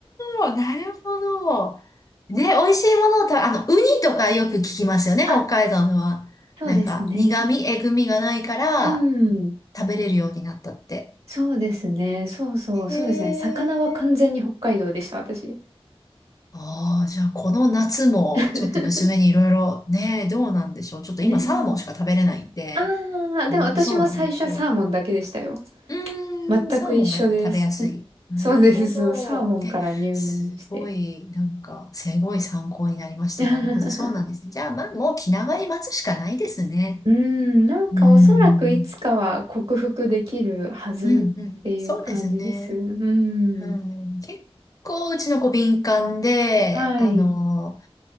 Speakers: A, on the left; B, on the right.
A: ほど。なるほど。ね、美味しいものを食べ、あの、ウニとかよく聞きますよね、北海道のは。
B: あ、そうですね。
A: なんか、苦味、えぐみがないから、
B: うん。
A: 食べれるようになったって。
B: そうですね。そうそう、
A: へえ。
B: そうですね。魚は完全に北海道でした、私。
A: ああ、じゃあこの夏もちょっと娘にいろいろね、
B: <laughs>
A: どうなんでしょう。ちょっと今サーモンしか食べれないんで、
B: ねえ。ああ、でも私も最初サーモンだけでしたよ。
A: あの、そうなんですよ。う
B: 全く一緒です。
A: ーん、サーモンがやっぱ食べやすい。
B: <laughs>
A: なるほど。
B: そうです、そう。サーモンから入門して。
A: え、すごい、なんか、すごい参考になりました。
B: <laughs>
A: なるほど、そうなんですね。じゃあ、まあ、もう気長に待つしかないですね。
B: うん、なんかおそらくいつかは克服できるはずっていう感じです。
A: うーん、うん、うん、そうですね。
B: うん。
A: うん、結構うちの子敏感で、
B: はい。
A: あの、